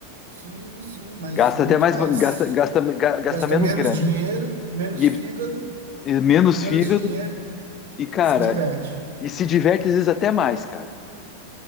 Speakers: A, on the right; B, on the left.
A: Sim, sim, mas
B: Gasta
A: muito
B: até mais,
A: mais
B: gasta, gasta, ga- gasta
A: gasta
B: menos
A: menos
B: grana
A: dinheiro, menos
B: e,
A: fígado
B: e menos
A: e menos
B: fígado
A: dinheiro,
B: e, cara,
A: se diverte.
B: e se diverte às vezes até mais, cara.